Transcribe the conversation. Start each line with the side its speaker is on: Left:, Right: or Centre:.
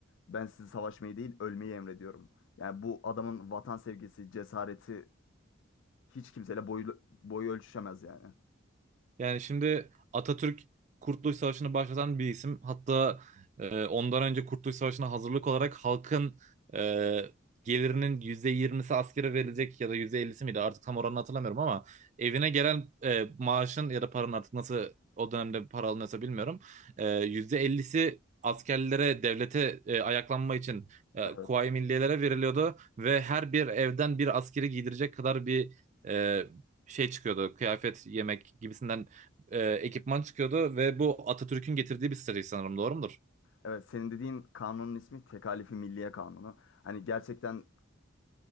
Left: Ben sizi savaşmayı değil ölmeyi emrediyorum. Yani bu adamın vatan sevgisi, cesareti hiç kimseyle boyu, boyu ölçüşemez yani.
Right: Yani şimdi Atatürk Kurtuluş Savaşı'nı başlatan bir isim. Hatta e, ondan önce Kurtuluş Savaşı'na hazırlık olarak halkın e, gelirinin yüzde yirmisi askere verilecek ya da %50'si miydi artık tam oranını hatırlamıyorum ama evine gelen e, maaşın ya da paranın artık nasıl o dönemde para alınıyorsa bilmiyorum. E, %50'si askerlere, devlete e, ayaklanma için e,
Left: Evet.
Right: Kuvayi Milliyelere veriliyordu ve her bir evden bir askeri giydirecek kadar bir e, şey çıkıyordu. Kıyafet, yemek gibisinden e, ekipman çıkıyordu ve bu Atatürk'ün getirdiği bir seri sanırım doğru mudur?
Left: Evet senin dediğin kanunun ismi Tekalifi Milliye Kanunu. Hani gerçekten